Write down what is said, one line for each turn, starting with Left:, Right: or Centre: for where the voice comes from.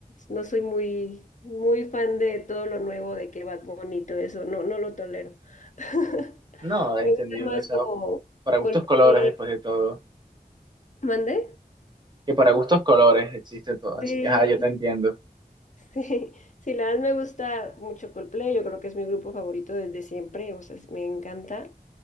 Left: no soy muy, muy fan de todo lo nuevo de que Bad Bunny y todo eso. No, no lo tolero. <laughs>
Right: No, entendible,
Left: Me gusta más
Right: o sea,
Left: como
Right: para gustos
Left: Coldplay.
Right: colores después de todo.
Left: ¿Mande?
Right: Que para gustos colores existe todo, así
Left: Sí,
Right: que ajá, yo te entiendo.
Left: Sí, sí, la verdad me gusta mucho Coldplay, yo creo que es mi grupo favorito desde siempre, o sea, me encanta.